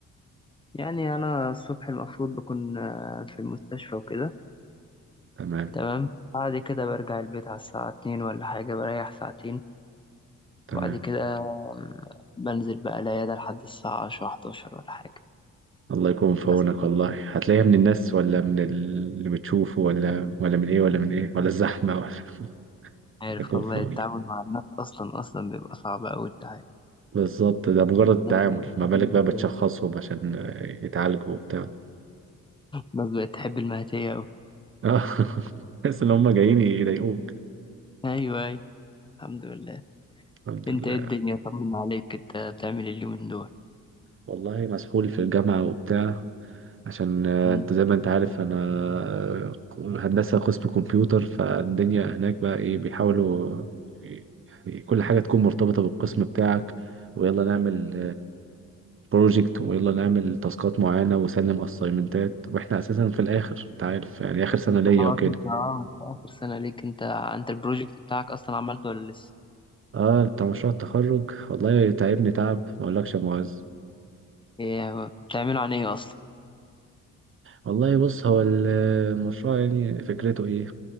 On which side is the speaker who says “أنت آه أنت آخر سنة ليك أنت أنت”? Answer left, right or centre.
Left